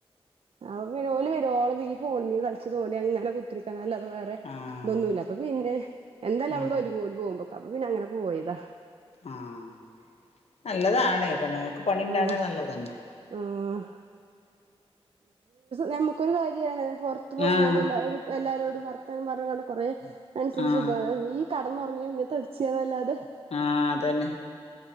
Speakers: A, on the right (about 65°); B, on the left (about 80°).
A: അപ്പൊ പിന്നെ ഓല് വരോളം ഈ ഫോണിമ്മെ കളിച്ചു തോണ്ടി അങ്ങനെ കുത്തിരിക്കാ അല്ലാതെ വേറെ
B: ആഹ്
A: ഇതൊന്നുല്ല അപ്പൊ പിന്നെ എന്തല്ല നമ്മള്
B: ആഹ്
A: ഒരുങ്ങൂല് ഓര് പോകുമ്പൊക്ക അപ്പൊ പിന്നെ അങ്ങനെ പോയതാ
B: ആഹ് നല്ലതാണ് പെണ്ണുങ്ങൾക്ക് പണിണ്ടാണത്
A: അതാണ്
B: നല്ലത് തന്നെ
A: ആഹ് നമുക്ക് ഒരു കാര്യാണ് പുറത്ത് ത്ത് പോയിങ്ങാണ്ട്
B: ആഹ്
A: എല്ലാരും എല്ലാരോടും വർത്താനം പറഞ്ഞ്ങ്ങാണ്ട് കൊറേ മനസ്സിന്
B: ആഹ്
A: സുഖാണ് ഈ കടന്നുറങ്ങി ഇങ്ങനെ തടിച്ചിയന്നല്ലാതെ
B: ആഹ് അതന്നെ